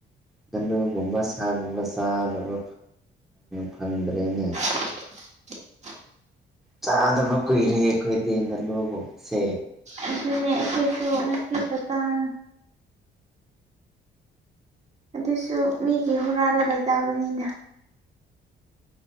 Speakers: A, in the centre; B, on the right (about 35°).
A: ꯉꯥꯅꯨꯒꯨꯝꯕ ꯁꯥꯒꯨꯝꯕ ꯆꯥꯗꯕ ꯐꯪꯗ꯭ꯔꯦꯅꯦ
B: <unintelligible>
A: ꯆꯥꯗꯕ ꯀꯨꯏꯔꯦ ꯑꯩꯈꯣꯏꯗꯤ ꯉꯂꯨꯒꯨꯝꯕꯁꯦ
B: ꯑꯗꯨꯅꯦ ꯑꯩꯈꯣꯏꯁꯨ ꯉꯁꯤꯤ ꯈꯇꯥꯡ ꯑꯗꯨꯁꯨ ꯃꯤꯒꯤ ꯍꯨꯔꯥꯜꯂꯒ ꯆꯥꯕꯅꯤꯗ